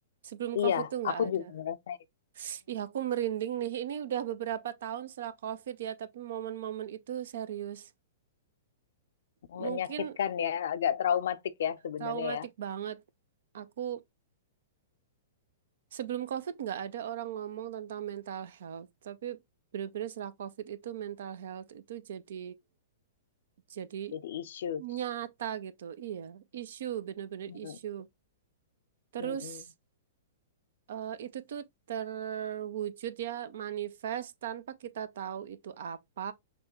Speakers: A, on the right; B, on the left.
A: Sebelum
B: Iya,
A: COVID itu nggak
B: aku
A: ada.
B: juga merasa
A: <sighs> Ih aku merinding nih. Ini udah beberapa tahun setelah COVID ya tapi momen-momen itu serius. Mungkin
B: Menyakitkan ya, agak traumatik ya sebenarnya
A: traumatik
B: ya.
A: banget. Aku Sebelum COVID nggak ada orang ngomong tentang mental health, tapi bener-bener setelah COVID itu mental health itu jadi jadi
B: Jadi issues.
A: nyata gitu. Iya, isu bener-bener
B: Mm-mm.
A: isu. Terus
B: Mm-mm.
A: eh, itu tuh terwujud ya manifest tanpa kita tahu itu apa,